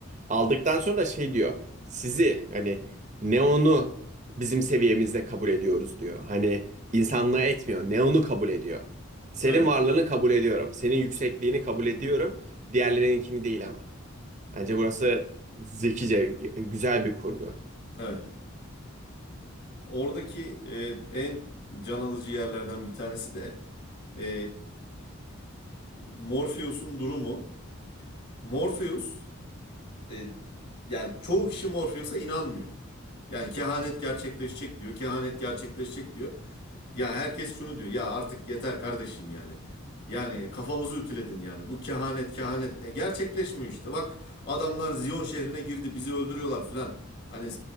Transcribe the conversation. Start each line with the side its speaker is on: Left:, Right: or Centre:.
Right: Aldıktan sonra da şey diyor. Sizi hani Neon'u bizim seviyemizde kabul ediyoruz diyor. Hani insanlığı etmiyor. Neon'u kabul ediyor. Senin
Left: Evet.
Right: varlığını kabul ediyorum. Senin yüksekliğini kabul ediyorum. Diğerlerininkini değil ama. Bence burası zekice, güzel bir kurgu.
Left: Evet. Oradaki e, en can alıcı yerlerden bir tanesi de e, Morpheus'un durumu. Morpheus e, yani çoğu kişi Morpheus'a inanmıyor. Yani kehanet gerçekleşecek diyor, kehanet gerçekleşecek diyor. Ya herkes şunu diyor. Ya artık yeter kardeşim yani. Yani kafamızı ütüledin yani. Bu kehanet kehanet ne? Gerçekleşmiyor işte. Bak adamlar Ziyon şehrine girdi. Bizi öldürüyorlar filan. Hani